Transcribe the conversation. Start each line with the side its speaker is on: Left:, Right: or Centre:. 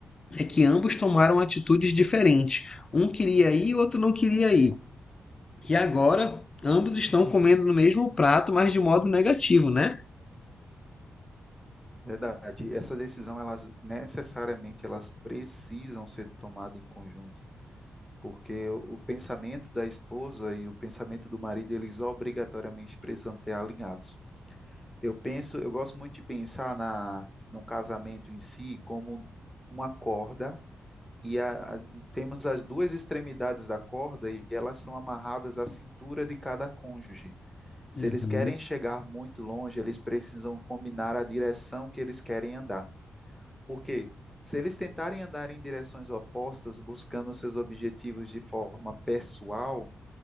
Left: é que ambos tomaram atitudes diferentes. Um queria ir e o outro não queria ir. E agora, ambos estão comendo no mesmo prato, mas de modo negativo, né?
Centre: Verdade. Essa decisão, elas necessariamente elas precisam ser tomadas em conjunto, porque o, o pensamento da esposa e o pensamento do marido, eles obrigatoriamente precisam ter alinhados. Eu penso, eu gosto muito de pensar na no casamento em si como uma corda e a- a- temos as duas extremidades da corda e elas são amarradas à cintura de cada cônjuge. Se
Left: Uhum,
Centre: eles querem chegar muito longe, eles precisam combinar a direção que eles querem andar. Porque se eles tentarem andar em direções opostas, buscando seus objetivos de forma pessoal